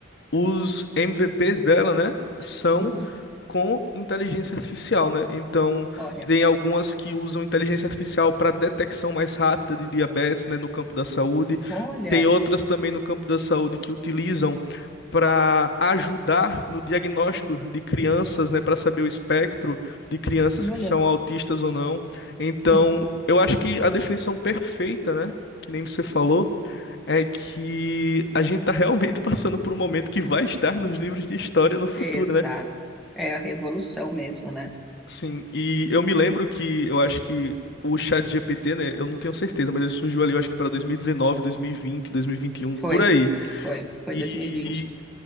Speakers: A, on the left (about 60°); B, in the centre.
A: os MVPs dela, né, são
B: uhum.
A: com inteligência artificial, né? Então,
B: Olha,
A: tem algumas que usam inteligência artificial para detecção mais rápida de diabetes, né, no campo da saúde.
B: olha,
A: Tem outras também no campo da saúde que utilizam para ajudar no diagnóstico de crianças, né, para saber o espectro de crianças
B: Olha.
A: que são autistas ou não. Então,
B: uhum.
A: eu acho que a definição perfeita, né, que nem você falou, é que a gente está realmente <laughs> passando por um momento que vai estar nos livros de história no futuro,
B: É, Exato.
A: né?
B: É a revolução mesmo, né?
A: Sim, e eu me lembro que eu acho que o chat GPT né, eu não tenho certeza, mas ele surgiu ali, eu acho que para 2019, 2020, 2021, por
B: Foi,
A: aí.
B: foi, foi
A: E
B: dois mil e vinte